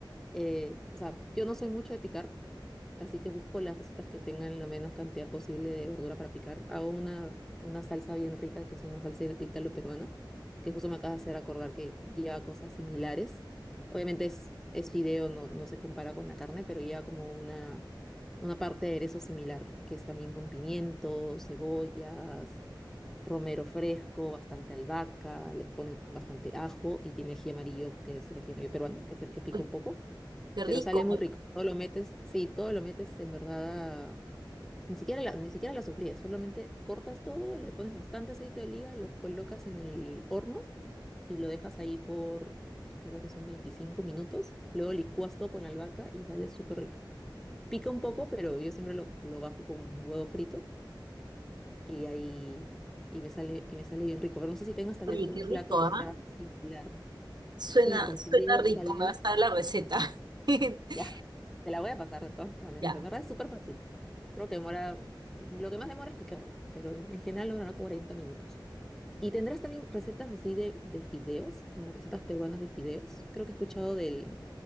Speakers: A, in the centre; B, on the right (about 60°).
A: Eh, o sea, yo no soy mucho de picar, así que busco las recetas que tengan la menos cantidad posible de verdura para picar. Hago una, una salsa bien rica, que es una salsa italo-peruana, que justo me acaba de hacer acordar que lleva cosas similares. Obviamente es, es fideo, no, no se compara con la carne, pero lleva como una, una parte de aderezo similar, que es también con pimientos, cebollas romero fresco, bastante albahaca, le ponen bastante ajo y tiene ají amarillo, que es el ají amarillo peruano, que es el que pica
B: uy,
A: un poco,
B: qué rico,
A: pero sale muy rico. Todo lo metes, sí, todo lo metes en verdad, a- ni siquiera la, ni siquiera la sofríes, solamente cortas todo, le pones bastante aceite de oliva, lo colocas en el horno y lo dejas ahí por, creo que son 25 minutos, luego licuas todo con la albahaca y sale súper rico. Pica un poco, pero yo siempre lo, lo bajo con huevo frito y ahí y me sale y me sale bien rico, pero no sé si tengas tal
B: oye,
A: vez algún
B: qué rico,
A: plato que
B: ¿ah?
A: sea similar.
B: Suena,
A: Sí, con
B: suena
A: fideos
B: rico,
A: tal vez.
B: me vas a dar la receta. <laughs>
A: Ya, <laughs> te la voy a pasar de todas maneras.
B: Ya,
A: De verdad es súper fácil. Creo que demora, lo que más demora es picar, pero en general demora 40 minutos. ¿Y tendrás también recetas así de, de fideos, como recetas peruanas de fideos? Creo que he escuchado del,